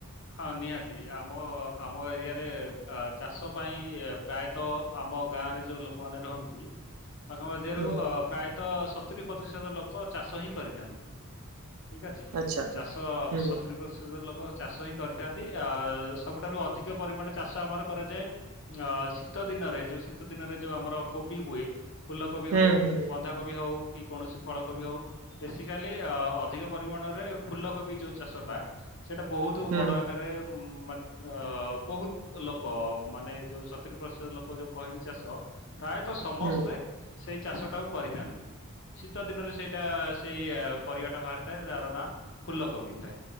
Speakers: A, on the left; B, on the right.
A: ହଁ ନିହାତି ଆମ ଆମ ଏରିଆରେ ଚାଷ ପାଇଁ ପ୍ରାୟତଃ! ଆମ ଗାଁରେ ଯୋଉ ଲୋକମାନୋନ ରହନ୍ତି ତାଙ୍କ ମଧ୍ୟରୁ
B: ହୁଁ
A: ଅ ପ୍ରାୟତଃ ସତୁୁରୀ ପ୍ରତିଶତ ଲୋକ ଚାଷ ହିଁ କରିଥାନ୍ତି। ଠିକ ଅଛି
B: ଆଚ୍ଛା
A: ଚାଷ
B: ହୁଁ
A: ସତୁରି ପ୍ରତିଶତ ଲୋକ ଚାଷ ହିଁ କରିଥାନ୍ତି ଆ ସବୁଠାରୁ ଅଧିକ ପରିମାଣ ଚାଷ ଆମର କରାଯାଏ ଶୀତ ଦିନ ଦିନରେ ଯୋଉ ଶୀତ ଦିନରେ ଯୋଉ ଆମର କୋବି ହୁଏ ଫୁଲ କୋବି
B: ହୁଁ
A: ହଉ
B: ହୁଁ
A: ବନ୍ଧାକୋବି ହଉ କି କୌଣସି ଫଳକୋବି ହଉ ବେସିକାଲି ଅଧିକ ପରିମାଣରେ ଫୁଲକୋବି ଯୋଉ ଚାଷଟା ସେଇଟା ବହୁତ
B: ହୁଁ
A: ବଡ ଆକାରରେେ ଅ ବହୁତ ଲୋକ ମାନେ ଯୋଉ ସତୁୁରୀ ପ୍ରତିଶତ ଲୋକ ଯୋଉ କହିଲେ ଚାଷ ପ୍ରାୟତଃ ସମସ୍ତେ
B: ହୁଁ
A: ସେଇ ଚାଷ ଟାକୁ କରିଥାନ୍ତି। ଶୀତ ଦିନରେ ସେଇଟା ସେଇ ପରିବାଟା ବାହାରିଥାଏ ଯାହାର ନାଁ ଫୁଲ କୋବି ଥାଏ।